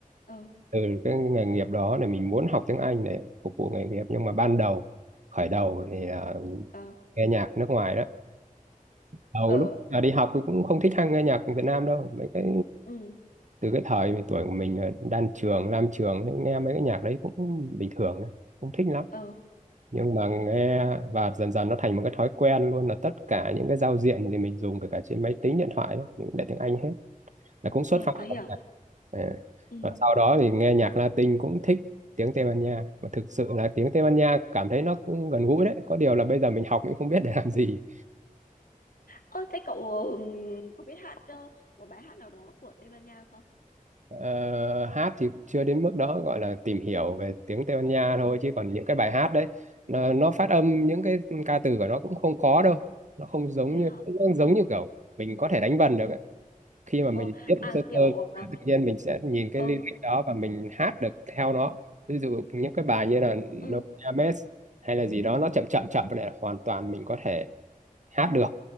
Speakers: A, on the left; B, on the right.
A: ờ
B: từ cái nghề nghiệp đó để mình muốn học tiếng Anh để phục vụ nghề nghiệp nhưng mà ban đầu khởi đầu thì ờ,
A: ờ
B: nghe nhạc nước ngoài đó đầu
A: ờ
B: lúc à, đi học thì cũng không thích nghe nhạc Việt Nam đâu mấy cái
A: ừ
B: từ cái thời mình tuổi của mình là đan trường lam trường thì nghe mấy cái nhạc đấy cũng bình thường đấy không thích lắm
A: ờ
B: nhưng mà nghe và dần dần nó thành một cái thói quen luôn là tất cả những cái giao diện thì mình dùng kể cả trên máy tính điện thoại đấy mình cũng để tiếng Anh hết là cũng xuất
A: ờ
B: phát
A: tớ hiểu
B: từ cả À.
A: ừ
B: Và sau đó thì nghe nhạc Latin cũng thích tiếng Tây Ban Nha và thực sự là tiếng Tây Ban Nha cảm thấy nó cũng gần gũi đấy có điều là bây giờ mình học mình không biết để làm gì
A: ơ thế cậu ừm, có biết hát ờ, một bài hát nào đó của Tây Ban Nha không
B: Ờ, hát thì chưa đến mức đó gọi là tìm hiểu về tiếng Tây Ban Nha thôi chứ còn những cái bài hát đấy nó, nó phát âm những cái ca từ của nó cũng không khó đâu nó không giống
A: thế
B: như
A: hả
B: cũng không giống như kiểu mình có thể đánh vần được ấy. Khi mà
A: Ồ,
B: mình biết
A: à
B: sơ
A: kiểu
B: sơ
A: ờ,
B: tự nhiên mình sẽ nhìn cái
A: ừ
B: lyric đó và mình hát được theo nó ví dụ những cái bài như là
A: ừ
B: No Ames hay là gì đó nó chậm chậm chậm này hoàn toàn mình có thể hát được